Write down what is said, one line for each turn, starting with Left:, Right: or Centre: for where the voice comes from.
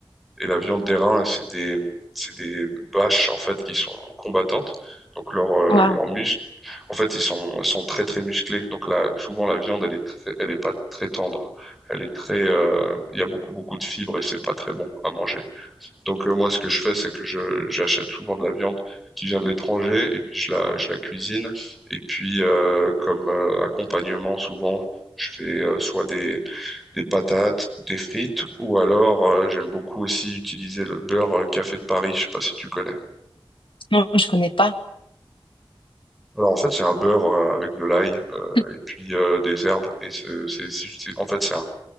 Centre: Et la viande des reins, c'est des, c'est des vaches en fait qui sont combattantes. Donc leur, euh,
Left: Wow.
Centre: leurs muscles, en fait, ils sont, ils sont très très musclés. Donc là, souvent la viande, elle est, très- elle est pas très tendre. Elle est très, euh, il y a beaucoup beaucoup de fibres et c'est pas très bon à manger. Donc euh, moi, ce que je fais, c'est que je, j'achète souvent de la viande qui vient de l'étranger et puis je la, je la cuisine. Et puis euh, comme euh, accompagnement, souvent, je fais euh, soit des des patates, des frites, ou alors euh, j'aime beaucoup aussi utiliser le beurre euh, café de Paris, je sais pas si tu connais.
Left: Non, je connais pas.
Centre: Alors en fait c'est un beurre euh, avec de l'ail euh,
Left: <laughs>
Centre: et puis euh, des herbes et c'est c'est- c'est- c'est- en fait c'est un-